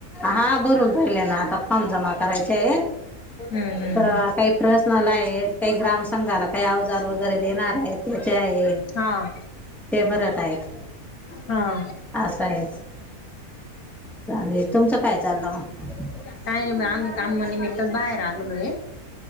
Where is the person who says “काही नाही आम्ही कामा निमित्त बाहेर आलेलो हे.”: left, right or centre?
Left